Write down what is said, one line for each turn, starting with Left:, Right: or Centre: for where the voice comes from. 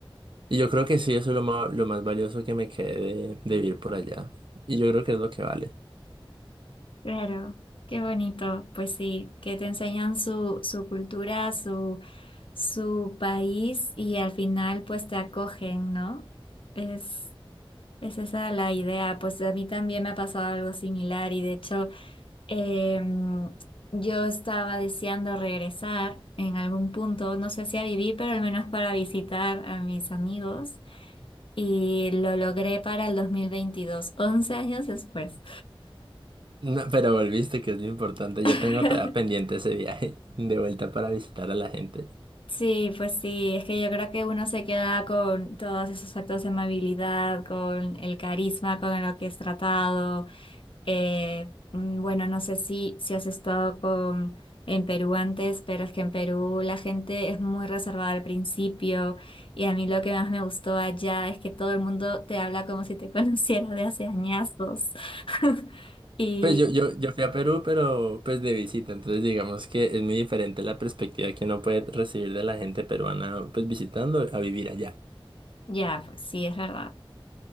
Right: Y yo creo que sí, eso es lo más, lo más valioso que me quedé de, de vivir por allá. Y yo creo que es lo que vale.
Left: Claro, qué bonito. Pues sí, que te enseñan su, su cultura, su, su país y al final pues te acogen, ¿no? Es, es esa la idea. Pues a mí también me ha pasado algo similar y de hecho em, yo estaba deseando regresar en algún punto, no sé si a vivir, pero al menos para visitar a mis amigos y lo logré para el 2022, 11 años después.
Right: No, pero volviste, que es lo importante. Yo
Left: <laughs>
Right: tengo todavía pendiente ese viaje <laughs> de vuelta para visitar a la gente.
Left: Sí, pues sí, es que yo creo que uno se queda con todos esos actos de amabilidad, con el carisma con lo que es tratado. Eh, mm, bueno, no sé si, si has estado con, en Perú antes, pero es que en Perú la gente es muy reservada al principio y a mí lo que más me gustó allá es que todo el mundo te habla como si te <laughs> conociera de hace añazos. <laughs> Y
Right: Pues yo, yo, yo fui a Perú, pero pues de visita. Entonces digamos que es muy diferente la perspectiva que uno puede recibir de la gente peruana, pues visitando a vivir allá.
Left: ya, pues sí, es verdad.